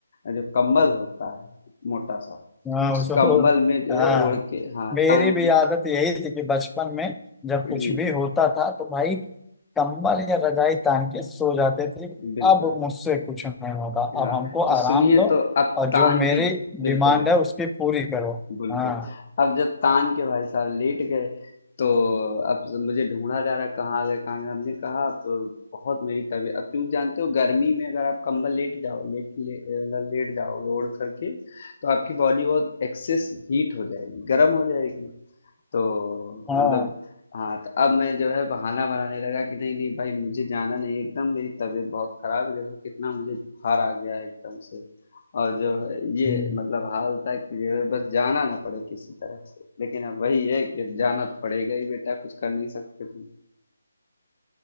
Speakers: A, on the left; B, in the centre.
A: जो कंबल होता है मोटा सा
B: हाँ
A: उस कंबल
B: तो
A: में जो है
B: हाँ
A: ओढ़ के हाँ
B: मेरी
A: तान
B: भी
A: के
B: आदत यही थी कि बचपन में जब कुछ
A: जी
B: भी होता था तो भाई कंबल या रजाई तान के सो जाते थे
A: जी बिल्कुल
B: अब मुझसे कुछ नहीं होगा
A: हाँ
B: अब हमको आराम
A: तो सुनिए
B: दो
A: तो अब
B: और
A: तान
B: जो मेरी
A: के बिल्कुल
B: डिमांड
A: बिल्कुल
B: है उसकी पूरी करो
A: बिल्कुल
B: हाँ
A: अब जब तान के भाई साहब लेट गए तो अब जब मुझे ढूंढा जा रहा है कहाँ गए कहाँ गए हमने कहा अब बहुत मेरी तबीयत अब क्यों जानते हो गर्मी में अगर आप कंबल लेट जाओ लेट ले, मतलब लेट जाओगे ओढ़ करके तो आपकी बॉडी बहुत एक्सेस हीट हो जाएगी गर्म हो जाएगी तो
B: हाँ
A: मतलब हाँ तो अब मैं जो है बहाना बनाने लगा कि नहीं नहीं भाई मुझे जाना नहीं है, एकदम मेरी तबीयत बहुत खराब है देखो कितना मुझे बुखार आ गया है एकदम से और जो है ये
B: हम्म।
A: मतलब हाल था कि जो है बस जाना ना पड़े किसी तरह से लेकिन अब वही है कि अब जाना तो पड़ेगा ही बेटा कुछ कर नहीं सकते तुम